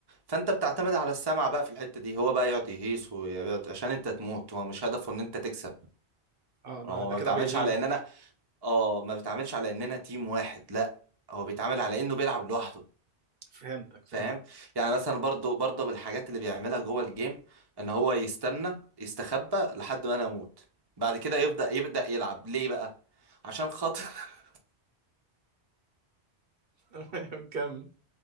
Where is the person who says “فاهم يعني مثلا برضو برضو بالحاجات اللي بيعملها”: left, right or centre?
Right